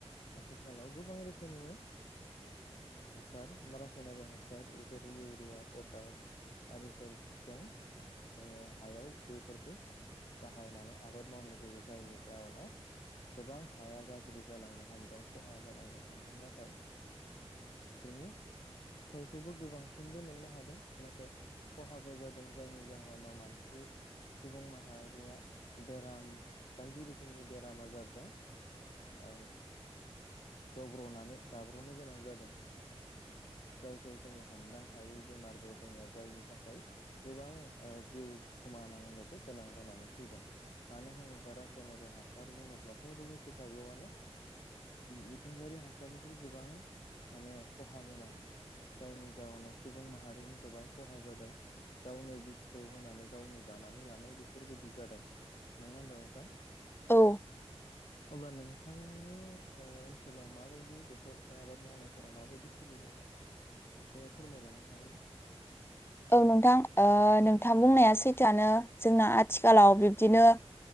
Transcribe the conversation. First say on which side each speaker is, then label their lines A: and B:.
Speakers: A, on the left; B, on the left.
A: आथिखालाव गोबां रोखोमनि हासार रासायनारि हासार जेरै इउरिया पटास आरिफोरजों जोङो हायाव बेफोरखौ बाहायनानै आबाद मावनाय जायो जायनि जाहोनाव गोबां हाया गाज्रि जालांनो हमदों खहा जालांनो हमदों नाथाय बेनि फिथाइखौबो गोबांसिनबो मोननो हादों नाथाय खहाबो जादों जायनि जाहोनाव मानसि सुबुं माहारिया बेराम बायदि रोखोमनि बेराम आजार ओ गब्र'नानै गाब्र'नो गोनां जादों जायखौ जोङो हमदां हायै बेमारबो दङ जायनि थाखाय गोबां जिउ खोमानांनोबो गोनां जानानै फैदों मानो होनोब्ला रासायनारि हासार बुङोब्लाथ' र मिथिखागौआनो मिथिंगायारि हासारनिख्रुइ गोबां माने खहा गोनां जायनि जाहोनाव सुबुं माहारिनि गोबां खहा जादों गावनो बिसखौ होनानै गावनो जानानै लानाय बेफोरबायदि जादों नङा होनबा नोंथां
B: औ
A: अब्ला नोंथांनि ओनसोलाव माबायदि बेफोर आबाद मावनाय फोर माबायदि सोलियो दा एसे फोरमायलांनो हागोन आां
B: औ नोंथां नोंथां बुंनाया सैथोआानो जोंना आथिखालाव बिब्दिनो